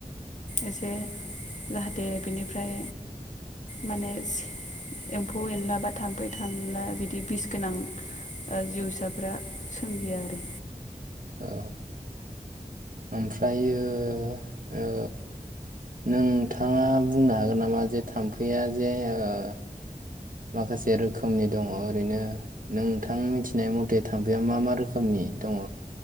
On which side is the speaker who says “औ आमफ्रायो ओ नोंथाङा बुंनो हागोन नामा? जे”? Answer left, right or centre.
Right